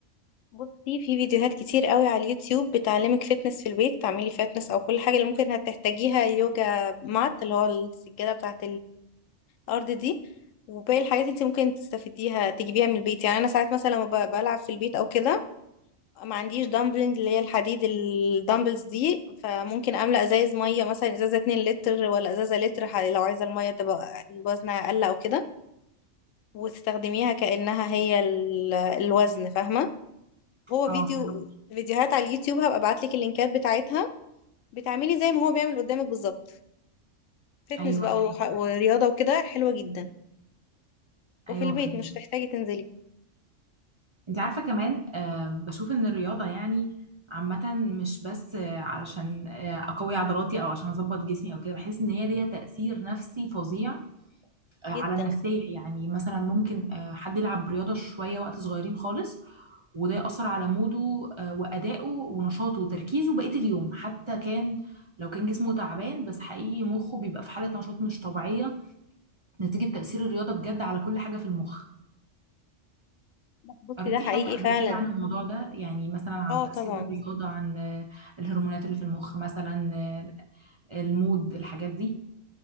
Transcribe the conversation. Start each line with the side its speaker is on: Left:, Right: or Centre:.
Left: بصي في فيديوهات كتير قوي على اليوتيوب بتعلمك فتنس في البيت تعملي فتنس او كل حاجه اللي ممكن هتحتاجيها يوجا مات اللي هو السجاده بتاعه الارض دي وباقي الحاجات انت ممكن تستفيديها تجيبيها من البيت يعني انا ساعات مثلا لما ب- بلعب في البيت او كده ما عنديش دامبلنج اللي هي الحديد الدامبلز دي فممكن املى ازايز ميه مثلا ازازه 2 لتر ولا ازازه لتر ح- لو عايزه الميه تبقى الوزن اقل او كده وتستخدميها كانها هي ال- الوزن فاهمه هو
Right: اه
Left: فيديو
Right: فهمت.
Left: فيديوهات على اليوتيوب هبقى ابعت لك اللينكات بتاعتها بتعملي زي ما هو بيعمل قدامك بالظبط فتنس
Right: أيوه
Left: بقى وح-
Right: أيوه
Left: ورياضه وكده حلوه جدا وفي
Right: أيوه
Left: البيت
Right: فهمت
Left: مش هتحتاجي تنزلي
Right: انت عارفة كمان آم، بشوف ان الرياضة يعني عامة مش بس آه، علشان آه، اقوي عضلاتي او عشان اظبط جسمي او كده بحس ان هي ليها تأثير نفسي فظيع آه، على
Left: جدا
Right: النفسية يعني مثلا ممكن آه، حد يلعب رياضة شوية وقت صغيرين خالص وده يأثر على موده آه، وأدائه ونشاطه وتركيزه بقية اليوم حتى كان لو كان جسمه تعبان بس حقيقي مخه بيبقى في حالة نشاط مش طبيعية نتيجة تأثير الرياضة بجد على كل حاجة في المخ
Left: لا، بصي
Right: قريتي
Left: ده حقيقي
Right: حاجة قبل
Left: فعلا
Right: كده عن الموضوع ده يعني مثلا عن
Left: اه
Right: تأثير
Left: طبعا
Right: الرياضة عن آه، الهرمونات اللي في المخ مثلا آه، المود الحاجات دي